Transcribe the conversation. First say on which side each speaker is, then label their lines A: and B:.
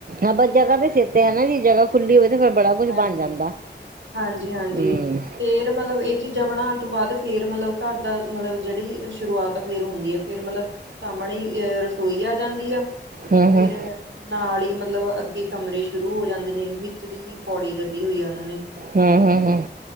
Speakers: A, on the right; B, on the right.
A: ਆਪਾਂ
B: ਖੇਤਾਂ
A: ਜਗ੍ਹਾ
B: ਕਰਕੇ
A: ਤੇ ਸਿਰ ਤੇ ਹੈ ਨਾ ਜੀ ਜਗ੍ਹਾ ਖੁੱਲੀ ਹੋਵੇ ਤੇ ਫੇਰ ਬੜਾ ਕੁੱਝ
B: ਹਾਂਜੀ
A: ਬਣ ਜਾਂਦਾ।
B: ਹਾਂਜੀ- ਹਾਂਜੀ,
A: ਹੂੰ
B: ਫੇਰ ਮਤਲਬ ਇਹ ਚੀਜ਼ਾਂ ਬਣਾਉਣ ਤੋਂ ਬਾਅਦ ਫੇਰ ਮਤਲਬ ਘਰ ਦਾ ਮਤਲਬ ਜਿਹੜੀ ਸ਼ੁਰੂਆਤ ਆ ਫੇਰ ਹੁੰਦੀ ਹੈ। ਫੇਰ ਮਤਲਬ ਸਾਹਮਣੇ ਈ ਰਸੋਈ ਆ ਜਾਂਦੀ ਆ, ਫਿਰ
A: ਹੂੰ ਹੂੰ
B: ਨਾਲ ਹੀ ਮਤਲਬ ਅੱਗੇ ਕਮਰੇ ਸ਼ੁਰੂ ਹੋ ਜਾਂਦੇ ਨੇ ਵਿੱਚ ਦੀ ਪੌੜੀ ਕੱਢੀ ਹੋਈ ਆ ਉਹਨਾਂ ਨੇ।
A: ਹਮ--ਹਮ- ਹਮ